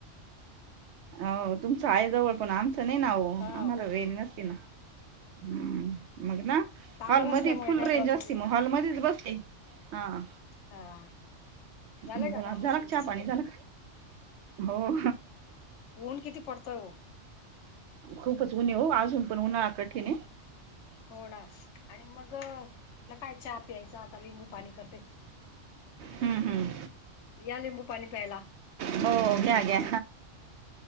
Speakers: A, on the right (about 70°); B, on the left (about 70°).
A: हो तुमचं आईजवळ पण आमचं नाही नाव
B: हा
A: आम्हाला वे नसती ना. हम्म मग ना
B: टावर
A: हॉल
B: असल्यामुळे
A: मध्ये फुल
B: काही
A: रेंज
B: प्रॉब्लेम
A: असते
B: नाही
A: मग हॉल मध्येच बसते. हा
B: हा झालंय
A: बर
B: का काम
A: झाला
B: तुमचे
A: चहा
B: सगळे
A: पाणी झाला? हो.
B: ऊन किती पडतय वो.
A: खूपच ऊन आहे हो अजून पण उन्हाळा कठीण आहे.
B: थोडा आणि मग म्हटलं काय चहा प्यायचं आता लिंबू पाणी करते.
A: हम्म हम्म.
B: या लिंबू पाणी प्यायला
A: <unintelligible> हो घ्या घ्या.